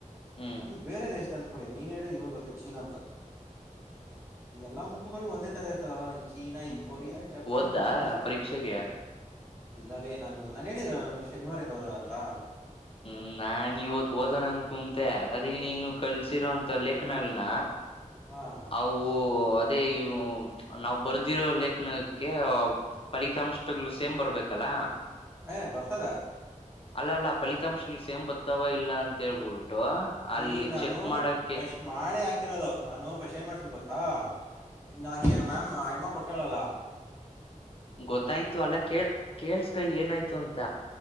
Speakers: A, on the left; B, on the right.
A: ಹ್ಮ್
B: ನ ಬೇರೆ ದೇಶ- ಅಂಕೋಳಿ ನೀನ್ ಹೇಳಿ ಇವಾಗ ಗೊತ್ತ ಚೀನಾ ಅಂತ ಎಲ್ಲಾ ಮುಖಗಳು ಒಂದೇ ತರ ಇರ್ತವಲ್ಲ. ಚೀನಾ ಈ
A: ಹ್ಮ್
B: ಕೊರಿಯಾ ಜಪಾನ್
A: ಓದ್ದಾ
B: ಏನ್ ಡಿಫ್ರೆನ್ಸ್
A: ಪರೀಕ್ಷೆಗೆ
B: ಇಲ್ಲಲ್ಲೇ ನಾನು ನಾನು ಹೇಳಿಲ್ಲ ನಾನು ಶನಿವಾರದಿಂದ ಹೋಗಲ್ಲ ಅಂತಾ.
A: ಹ್ಮ್ ನಾನ್ ಇವತ್ತು ಓದೋಣ ಅಂತ ಕುಂತೆ ಅದ ನೀನು ಕಲ್ಸಿರೋಂತ ಲೆಖನಗಳನ್ನ
B: ಹಾಂ
A: ಅವು ಅದೇ ನಾವ್ ಬರ್ದಿರೋ ಲೇಖನಕ್ಕೆ ಫಲಿತಾಂಶಗಳು ಸೇಮ್ ಬರ್ಬೇಕಲ್ಲ.
B: ಯ್ ಬರ್ತದ.
A: ಅಲ್ಲ ಅಲ್ಲ ಫಲಿತಾಂಶಗಳು ಸೇಮ್ ಬರ್ತ್ತಾವ ಇಲ್ಲ ಅಂತ ಹೇಳ್ಬೋದು. ಬೀಟ್ಟ ಅಲ್ಲಿ
B: ಈ ನಾನು
A: ಚೆಕ್ ಮಾಡಕ್ಕೆ
B: ಫಸ್ಟ್ ಮಾಡೇ ಹಾಕಿರೋದು ನಾನು ಫಸ್ಟು ಏನ್ ಮಾಡ್ತೀನಿ ಗೊತ್ತಾ ನಾ ಮ್ಯಾಮ್ ಯಮ್ಮ ಕೊಟ್ಟಾಳಲ್ಲ.
A: ಗೊತ್ತಾಯ್ತು ಅಲ್ಲ ಕೇ ಕೇಳ್ಸ್ಕಲಿ ಏನಾಯ್ತು ಅಂತ